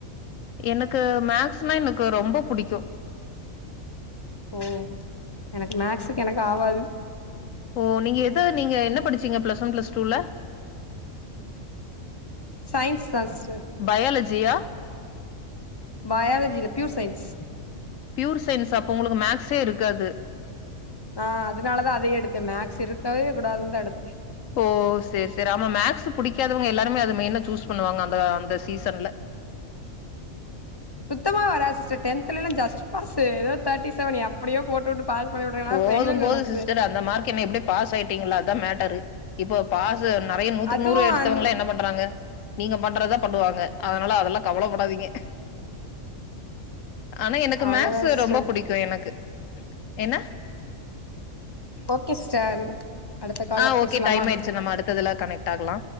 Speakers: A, on the left; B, on the left.
A: எனக்கு மேக்ஸ்னா எனக்கு ரொம்ப புடிக்கு
B: ஓ எனக்கு மேக்ஸுக்கு எனக்கு ஆவாது
A: ஓ நீங்க எத நீங்க என்ன படுச்சீங்க பிளஸ் ஒன் பிளஸ் டூல
B: சயின்ஸ் தா ஸ்டர்
A: பயாலஜியா
B: பயாலஜில பியூர் சயின்ஸ்
A: பியூர் சயின்ஸ் அப்ப உங்களுக்கு மேக்ஸே இருக்காது
B: ஆ அதுனாலதா அதயே எடுத்தே மேக்ஸ் இருக்கவே கூடாதுன்தா எடுத்தே
A: ஓ சேரி சேரி ஆமா மேக்ஸ் புடிக்காதவங்க எல்லாருமே அது மெயினா சூஸ் பண்ணுவாங்க அந்தா அந்த சீசன்ல
B: சுத்தமாவெ வராது சிஸ்டர் டென்த்லல ஜஸ்ட் பாஸ்ஸு ஏதோ தேர்ட்டி செவன் எப்டியோ போட்டுவுட்டு பாஸ் பண்ணி விட்ருக்கே
A: போது
B: நா ஃபெயிலுன்
A: போது
B: நெனச்சே
A: சிஸ்டர் அந்த மார்க் என்ன எப்டி பாஸ் ஆய்ட்டிங்கள அதா மேட்டரு இப்போ பாசு நெறைய நூத்துக்கு
B: அதுவு
A: நூறு எடுத்தவங்களா
B: அந்
A: என்ன பண்றாங்க நீங்க பண்றதா பண்ணுவாங்க அதுனால அதெல்லா கவலப்படாதீங்க ஆனா எனக்கு
B: அவ்ளோதா
A: மேக்ஸ்ஸு
B: சிஸ்டர்
A: ரொம்ப புடிக்கு எனக்கு என்ன
B: ஓகே சிஸ்டர் அடுத்த கால்ல
A: ஆ ஓகே
B: பேசலாமா
A: டைம் ஆயிருச்சு நம்ம அடுத்ததுல கனெக்ட் ஆகலா